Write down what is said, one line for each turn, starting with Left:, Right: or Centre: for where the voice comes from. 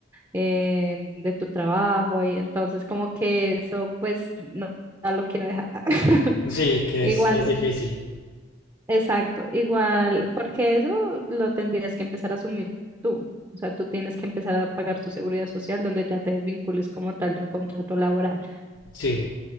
Right: eh, de tu trabajo y entonces como que eso pues no, no lo quiero dejar. <laughs>
Left: Sí, que
Right: Igual
Left: es, es difícil.
Right: Exacto, igual, porque eso lo tendrías que empezar a asumir tú. O sea, tú tienes que empezar a pagar tu seguridad social donde ya te desvincules como tal de un contrato laboral.
Left: Sí,